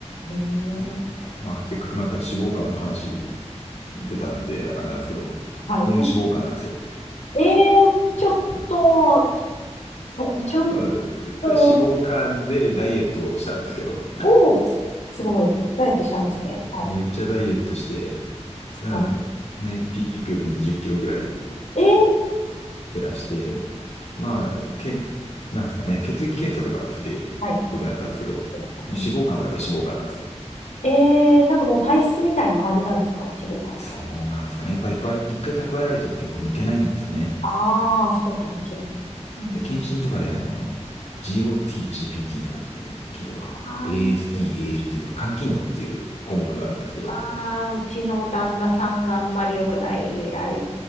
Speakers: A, on the left; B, on the left.
A: い。
B: ねこん、
A: へえ。
B: まあせっかくなんか脂肪肝の話出たんであれなんですけど、
A: はい。
B: 俺も脂肪肝なんですよ。
A: <laughs> ええ、ちょっと、そうちょっ
B: あ脂肪肝でダイエットをしたんですけど、
A: と、おお、すすごい。ダイエットしたんですね。はい。
B: めっちゃダイエットして、
A: 素晴らし
B: あね、ピークより20キロぐらい
A: い。ええ、
B: 減らして、まあ、けん、なんですかね、血液検査とかすげえ良くなったんですけど、
A: はい。うん
B: 脂肪肝はやっぱり脂肪肝なんですよ。
A: ええ、なんかもう体質みたいな感じなんですか脂肪肝って。
B: そうなんですかね。やっぱいっぱい一回蓄えられちゃうと結構抜けないんですよね。
A: ああ、そうかもしれない。うん。
B: で、検診とかであの、GOT、GPT とかって聞いたことあるかな。
A: あ
B: AST、
A: ーう
B: ALT とか肝機能っていう項目があるんですけど、
A: あうちの旦那さんがあんまり良くない、あれ。